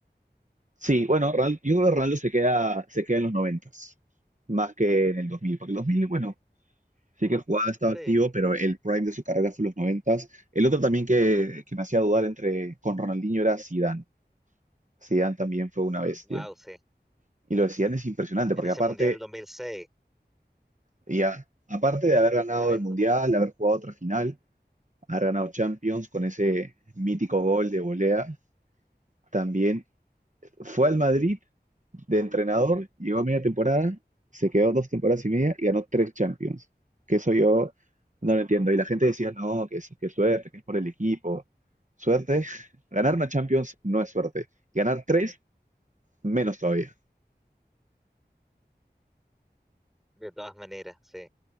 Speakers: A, on the right (about 45°); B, in the centre.
A: Sí, bueno, Ronald- yo creo que Ronaldo se queda, se queda en los noventas más que en el 2000, porque el 2000, bueno, sí que jugaba, estaba
B: Sí.
A: activo, pero el prime de su carrera fue los noventas El otro también que, que me hacía dudar entre con Ronaldinho era Zidane. Zidane también fue una bestia.
B: Wow, sí.
A: Y lo de Zidane es impresionante,
B: En
A: porque
B: ese
A: aparte,
B: Mundial del 2006,
A: ya, aparte de haber ganado
B: tremendo.
A: el Mundial, de haber jugado otra final, haber ganado Champions con ese mítico gol de volea, también Fue al Madrid de entrenador, llegó a media temporada, se quedó dos temporadas y media y ganó tres Champions. Que eso yo no lo entiendo. Y la gente decía, no, que es, que suerte, que es por el equipo. Suerte. <laughs> Ganar una Champions no es suerte. Ganar tres, menos todavía.
B: De todas maneras, sí.